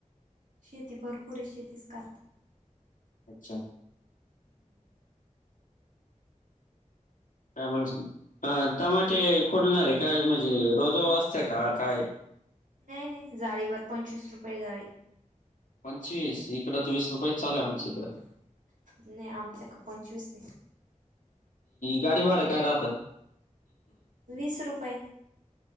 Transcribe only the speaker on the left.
अच्छा!
त्यामूळे, टमाटे खुडणार आहे काय? म्हणजे रोजा वा असतंय का काय?
पंचवीस, इकडं तर वीस रुपयेच चालुयं आमचे इकडं.
गाडी भाड काय राहत?